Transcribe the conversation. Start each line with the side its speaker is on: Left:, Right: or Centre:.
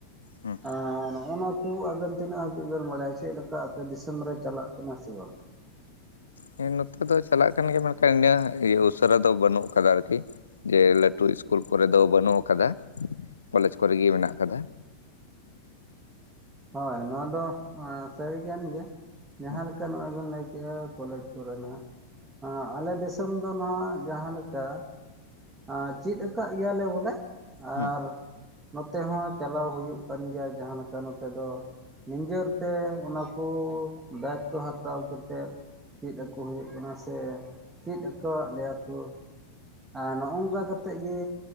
Left: ᱦᱩᱸ
Right: ᱮᱸᱻ ᱱᱚᱜᱼᱱᱚᱣᱟ ᱠᱚ ᱟᱵᱮᱱ ᱛᱤᱱᱟᱹᱜ ᱦᱟᱹᱵᱤᱡ ᱵᱮᱱ ᱵᱟᱲᱟᱭᱟ ᱪᱮᱫᱞᱮᱠᱟ ᱟᱯᱮ ᱫᱤᱥᱚᱢ ᱨᱮ ᱪᱟᱞᱟᱜ ᱠᱟᱱᱟ ᱥᱮ ᱵᱟᱝ
Left: ᱦᱮᱸ ᱱᱚᱛᱮ ᱫᱚ ᱪᱟᱞᱟᱜ ᱠᱟᱱ ᱜᱮᱭᱟ ᱢᱮᱱ ᱠᱷᱟᱱ <inaudible> ᱤᱭᱟᱹ ᱩᱥᱟᱹᱨᱟ ᱫᱚ ᱵᱟᱹᱱᱩᱜ ᱟᱠᱟᱫᱟ ᱟᱨᱠᱤ ᱡᱮ ᱞᱟᱹᱴᱩ ᱤᱥᱠᱩᱞ ᱠᱚᱨᱮ ᱫᱚ ᱵᱟᱹᱱᱩᱜ ᱠᱟᱫᱟ ᱠᱚᱞᱮᱡᱽ ᱠᱚᱨᱮ ᱜᱮ ᱢᱮᱱᱟᱜ ᱠᱟᱫᱟ
Right: ᱦᱳᱭ ᱱᱚᱣᱟ ᱫᱚ ᱥᱟᱹᱨᱤ ᱠᱟᱱ ᱜᱮᱭᱟ ᱡᱟᱦᱟᱸ
Left: ᱦᱩᱸ
Right: ᱞᱮᱠᱟ ᱱᱚᱜᱼᱚᱭ ᱵᱤᱱ ᱞᱟᱹᱭ ᱠᱮᱜᱼᱟ ᱠᱚᱞᱮᱡᱽ ᱠᱚᱨᱮ ᱱᱟᱦᱟᱜ ᱮᱸᱻ ᱟᱞᱮ ᱫᱤᱥᱚᱢ ᱫᱚ ᱱᱟᱦᱟᱜ ᱡᱟᱦᱟᱸ ᱞᱮᱠᱟ ᱟᱸ ᱪᱮᱫ ᱠᱟᱫ ᱜᱮᱭᱟ ᱞᱮ ᱵᱚᱞᱮ ᱟᱨ
Left: ᱦᱩᱸ
Right: ᱱᱚᱛᱮ ᱦᱚᱸ ᱪᱟᱞᱟᱣ ᱦᱩᱭᱩᱜ ᱠᱟᱱ ᱜᱮᱭᱟ ᱡᱟᱦᱟᱸ ᱞᱮᱠᱟ ᱱᱚᱛᱮ ᱫᱚ ᱱᱤᱡᱮᱨ ᱛᱮ ᱚᱱᱟ ᱠᱚ ᱫᱟᱭᱤᱛᱛᱚ ᱦᱟᱛᱟᱣ ᱠᱟᱛᱮᱫ ᱪᱮᱫ ᱟᱠᱚ ᱦᱩᱭᱩᱜ ᱠᱟᱱᱟ ᱥᱮ ᱪᱮᱫ ᱟᱠᱟᱣᱟᱫ ᱞᱮᱭᱟ ᱠᱚ ᱟᱨ ᱱᱚᱜ-ᱚᱝᱠᱟ ᱠᱟᱛᱮᱫ ᱜᱮ